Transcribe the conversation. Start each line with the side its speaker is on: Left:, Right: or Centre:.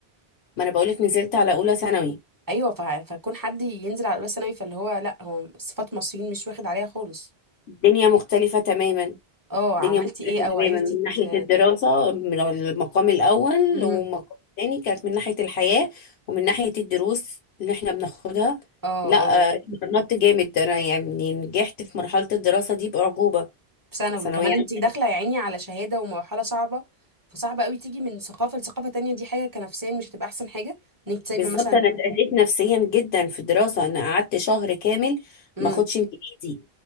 Left: ما انا بقولك نزلت على اولى ثانوي
Right: ايوه فه- فكون حد ينزل على بس انا فاللي هو لا هو صفات مصريين مش واخد عليها خالص
Left: الدنيا مختلفة تماما
Right: اه
Left: الدنيا
Right: عملتي
Left: مختلفة
Right: ايه او
Left: تماما
Right: عرفتي
Left: من ناحية
Right: ت...
Left: الدراسة من المقام الاول
Right: مهم.
Left: والمقام الثاني كانت من ناحية الحياة ومن ناحية الدروس اللي احنا بناخدها
Right: اه
Left: لا
Right: اه
Left: آه، اتمرنت جامد انا يعني نجحت في مرحلة الدراسة دي بأعجوبة
Right: في ثانوي
Left: ثانوية
Right: كمان انت
Left: عامة
Right: داخله يا عيني على شهاده ومرحله صعبه فصعب قوي تيجي من ثقافه لثقافه تانية دي حاجه كنفسيا مش هتبقى احسن حاجه ان انت سايبه
Left: بالظبط
Right: مثلا
Left: انا اتأذيت نفسيا جدا في الدراسه انا قعدت شهر كامل
Right: امم
Left: ما اخدش انجليزي